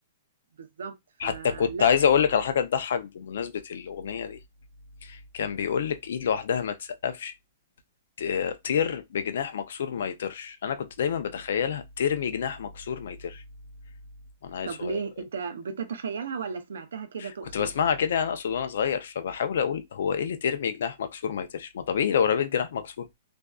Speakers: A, on the right (about 85°); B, on the left (about 70°).
A: بالظبط فلا
B: حتى كنت عايز اقول لك على حاجه تضحك بمناسبه الاغنيه دي كان بيقول لك ايد لوحدها ما تسقفش ت- طير بجناح مكسور ما يطيرش انا كنت دايما بتخيلها ترمي جناح مكسور ما يطيرش وانا عيل
A: طب
B: صغير
A: ليه انت بتتخيلها ولا سمعتها كده تقصد
B: كنت بسمعها كده انا اقصد وانا صغير فبحاول اقول هو ايه اللي ترمي جناح مكسور ما يطيرش ما طبيعي لو رميت جناح مكسور